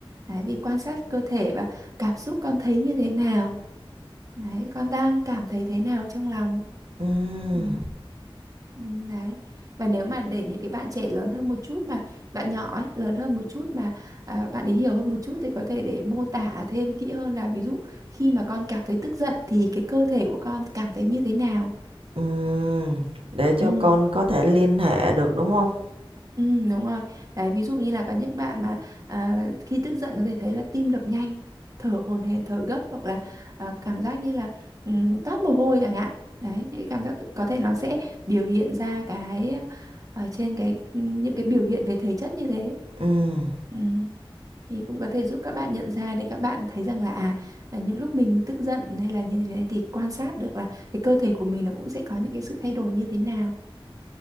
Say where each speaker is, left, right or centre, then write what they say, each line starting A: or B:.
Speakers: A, on the right; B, on the right.
A: Đấy, vì quan sát cơ thể và cảm xúc con thấy như thế nào. Đấy, con đang cảm thấy thế nào trong lòng?
B: Ừm.
A: Ừ, ừ, đấy. Và nếu mà để những cái bạn trẻ lớn hơn một chút mà bạn nhỏ ấy, lớn hơn một chút mà à, bạn ấy hiểu hơn một chút thì có thể để mô tả thêm kỹ hơn là ví dụ khi mà con cảm thấy tức giận thì cái cơ thể của con cảm thấy như thế nào?
B: Ừm, để cho
A: Ừ.
B: con có thể liên hệ được, đúng không?
A: Ừ, đúng rồi. Đấy, ví dụ như là có những bạn mà à, khi tức giận có thể thấy là tim đập nhanh, thở hổn hển, thở gấp hoặc là à, cảm giác như là um, toát mồ hôi chẳng hạn. Đấy, những cái cảm giác tự, có thể nó sẽ biểu hiện ra cái ờ, trên cái ừm, những cái biểu hiện về thể chất như thế.
B: Ừm,
A: Ừ. Thì cũng có thể giúp các bạn nhận ra để các bạn thấy rằng là à là những lúc mình tức giận hay là như thế này thì quan sát được là cái cơ thể của mình nó cũng sẽ có những cái sự thay đổi như thế nào.